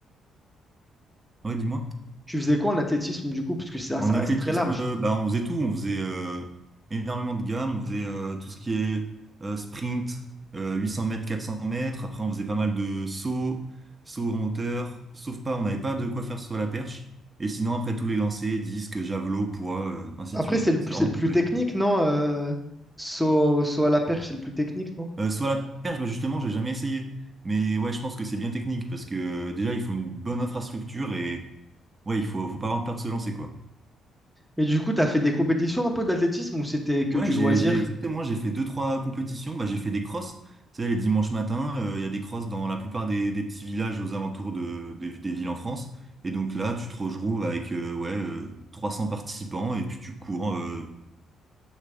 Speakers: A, on the right; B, in the centre.
A: Ouais, dis-moi.
B: Tu faisais quoi en athlétisme, du coup? Parce que ça,
A: En
B: ça
A: athlétisme,
B: reste très large.
A: euh, bah, on faisait tout. On faisait euh, énormément de gammes. On faisait euh, tout ce qui est euh, sprint, euh, 800 mètres, 400 mètres. Après, on faisait pas mal de sauts, sauts en hauteur. Sauf pas, on n'avait pas de quoi faire sur la perche. Et sinon, après, tous les lancers, disques, javelots, poids, euh, ainsi
B: Après,
A: de suite.
B: c'est le,
A: C'est
B: c'est
A: vraiment
B: le plus
A: complet.
B: technique, non? Euh, saut, saut à la perche, c'est le plus technique, non?
A: Euh, sur la perche, bah, justement, j'ai jamais essayé. Mais ouais, je pense que c'est bien technique parce que euh, déjà, il faut une bonne infrastructure et ouais, il faut, faut pas avoir peur de se lancer, quoi.
B: Mais du coup, t'as fait des compétitions un peu d'athlétisme ou c'était que
A: Ouais,
B: du
A: j'ai,
B: loisir?
A: j'ai exactement, j'ai fait deux, trois compétitions. Bah, j'ai fait des crosses. Tu sais, les dimanches matins, euh, il y a des crosses dans la plupart des, des petits villages aux alentours de, des, des villes en France. Et donc là, tu te retrouves avec euh, ouais, euh, trois cents participants et puis tu cours euh,